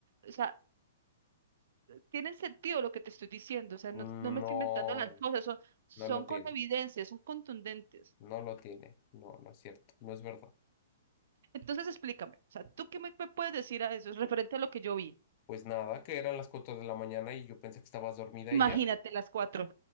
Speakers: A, on the right (about 65°); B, on the left (about 40°).
A: O sea, tienen sentido lo que te estoy diciendo, o sea, no,
B: no,
A: no me estoy inventando las cosas, son, son
B: no lo tiene.
A: con evidencia, son contundentes.
B: No lo tiene. No, no es cierto. No es verdad.
A: Entonces explícame, o sea, ¿tú qué me, me puedes decir a eso referente a lo que yo vi?
B: Pues nada, que eran las 4 de la mañana y yo pensé que estabas dormida
A: Imagínate
B: y ya.
A: las cuatro.